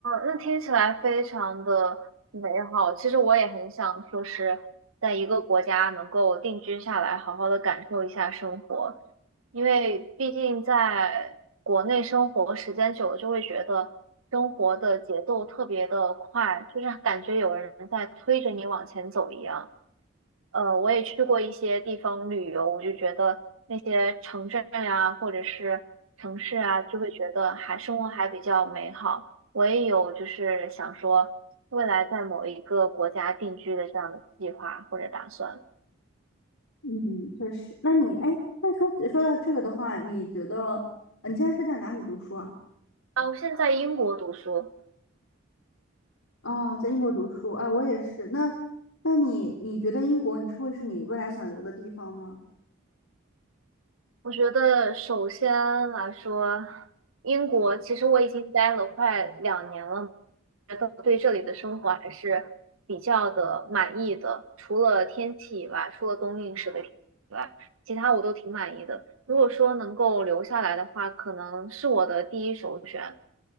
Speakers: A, on the right; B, on the left.
A: 那听起来非常的美好。其实我也很想说是在一个国家能够定居下来，好好的感受一下生活，因为毕竟在国内生活时间久了，就会觉得生活的节奏特别的快，就是感觉有人在推着你往前走一样。呃，我也去过一些地方旅游，我就觉得那些城镇呀，或者是城市啊，就会觉得还生活还比较美好。我也有就是想说，未来在某一个国家定居的这样的计划或者打算。
B: 嗯，确实。那你，哎，那说说到这个的话，你觉得呃你现在是在哪里读书啊？
A: 啊，我现在在英国读书，
B: 哦，在英国读书，哎，我也是。那，那你你觉得英国你会是你未来想留的地方吗？
A: 我觉得首先来说，英国其实我已经待了快两年了，觉得对这里的生活还是比较的满意的。除了天气以外，除了冬令时的天气以外，其他我都挺满意的。如果说能够留下来的话，可能是我的第一首选。